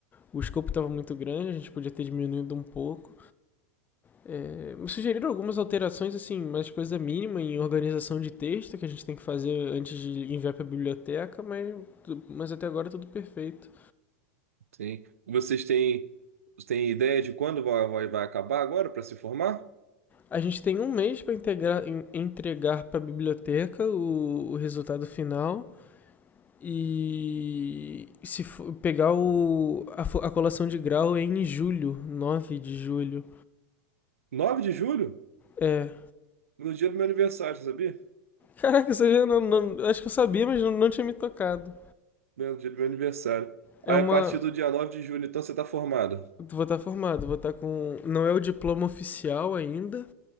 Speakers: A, on the left (about 20°); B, on the right (about 80°).
A: o escopo estava muito grande, a gente podia ter diminuído um pouco. É, me sugeriram algumas alterações, assim, mas coisa mínima em organização de texto que a gente tem que fazer antes de enviar para a biblioteca, mas, mas até agora é tudo perfeito.
B: sim. Vocês têm, têm ideia de quando vai, vai, vai acabar agora para se formar?
A: A gente tem um mês para entregar para a biblioteca o, o resultado final e se for pegar o, a, a, colação de grau é em julho, 9 de julho.
B: nove de julho?
A: É.
B: No dia do meu aniversário, você sabia?
A: Caraca, isso aí não, não, acho que eu sabia, mas não, não tinha me tocado.
B: No dia do meu aniversário.
A: É
B: Aí,
A: uma,
B: a partir do dia 9 de julho, então você está formado.
A: Vou estar formado, vou estar com. Não é o diploma oficial ainda,